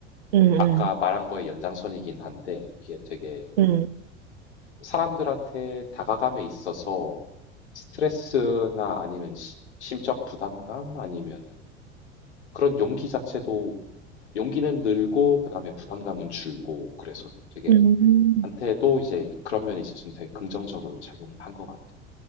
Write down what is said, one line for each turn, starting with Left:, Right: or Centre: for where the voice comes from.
Right: 음,
Left: 아까 말한 거의 연장선이긴 한데 이게 되게
Right: 음, 음.
Left: 사람들한테 다가감에 있어서 스트레스나 아니면 시- 심적 부담감 아니면은 그런 용기 자체도 용기는 늘고 그다음에 부담감은 줄고 그래서 되게
Right: 음.
Left: 나한테도 이제 그런 면에 있어서는 되게 긍정적으로 작용을 한 것 같아.